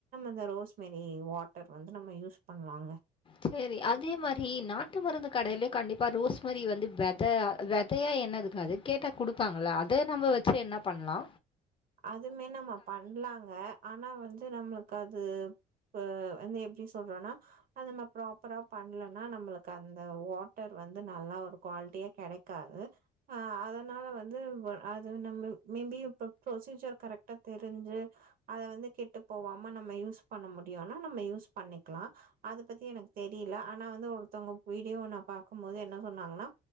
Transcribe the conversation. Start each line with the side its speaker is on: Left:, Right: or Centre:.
Right: இந்த ரோஸ்மெரி வாட்டர் வந்து நம்ம யூஸ் பண்லாங்க
Left: செரி அதே மாரி நாட்டு மருந்து கடைல கண்டிப்பா ரோஸ்மரி வந்து வெத வெதையா என்னதுங்க அது கேட்டா குடுப்பாங்களா அத நம்ம வச்சு என்ன பண்லா
Right: அதுமே நம்ம பண்லாங்க ஆனா வந்து நம்ளுக்கு அது இப்ப வந்து எப்டி சொல்றனா அந்த மார் ப்ராப்பரா பண்லன்னா நம்மளுக்கு அந்த வாட்டர் வந்து நல்லாருக் குவாலிட்டியா கெடைக்காது அதனால வந்து அது நம்ம மேபி இப்ப ப்ரொசீஜர் கரெக்ட்டா தெரிஞ்சு அத வந்து கெட்டு போவாம நம்ம யூஸ் பண்ண முடியுனா நம்ம யூஸ் பண்ணிக்லா அத பத்தி எனக்கு தெரியில ஆனா வந்து ஒருத்தவுங்க வீடியோ நா பாக்கும்போது என்ன சொன்னாங்கன்னா சொன்னாங்கன்னா